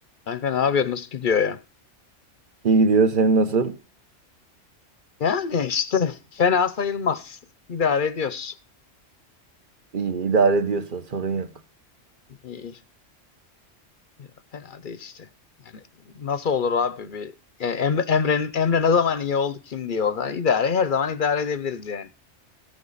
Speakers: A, on the left (about 50°); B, on the right (about 45°).
A: Kanka ne yapıyorsun? Nasıl gidiyor ya?
B: İyi gidiyor. Senin nasıl?
A: Yani işte fena sayılmaz. İdare ediyoruz.
B: İyi idare ediyorsa sorun yok.
A: İyi. iyi. Ya, Fena değil işte. Yani nasıl olur abi bir yani Emre, Emre'nin- Emre ne zaman iyi oldu kim diye olsa idare her zaman idare edebiliriz yani.